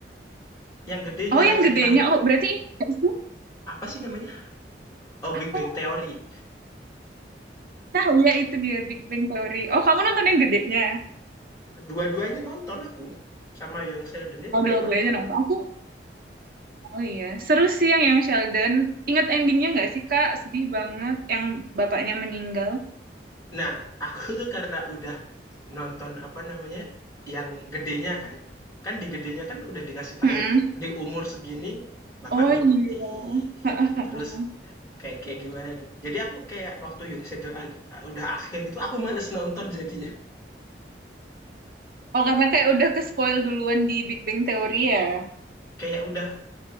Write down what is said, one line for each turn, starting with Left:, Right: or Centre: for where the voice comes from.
Left: yang gedenya
Right: Oh, yang
Left: cerita
Right: gedenya. Oh, berarti ini nggak sih?
Left: apa sih namanya? Oh, Big
Right: apa?
Left: Bang Theory.
Right: Nah, iya itu dia Big Bang Theory. Oh, kamu nonton yang gedenya.
Left: Dua-duanya nonton aku, sama Young Sheldon-nya
Right: Oh,
Left: juga
Right: dua-duanya
Left: nonton.
Right: nonton. Aku, oh iya. Seru sih yang yang Sheldon. Ingat endingnya nggak sih, Kak? Sedih banget yang bapaknya meninggal.
Left: Nah, aku tuh karena udah nonton apa namanya, yang gedenya kan. Kan di gedenya kan udah dikasih tahu,
Right: Mm-mm.
Left: di umur segini bapaknya
Right: Oh iya.
Left: mati.
Right: <laughs>
Left: Terus kayak kayak gimana gitu. Jadi aku kayak waktu Young Sheldon ag- udah akhir gitu aku males nonton jadinya.
Right: Oh, karena kayak udah ke spoil duluan di Big Bang Theory ya.
Left: Kayak udah